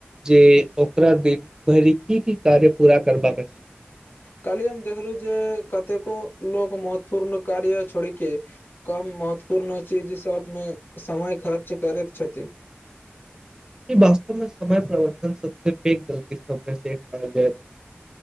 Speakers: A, on the right (about 15°); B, on the left (about 60°).
A: जे ओकरा दिन भरिकी की कार्य पूरा करबाका अछि
B: काल्हि हम देखलहु जे कतेको लोक महत्वपूर्ण कार्य छोड़ि के कम महत्वपूर्ण चीज सबमे समय खर्च करैत छथि
A: ई वास्तव मे समय परिवर्तन सबसे पैघ गलती सब मे से एक मानल अछि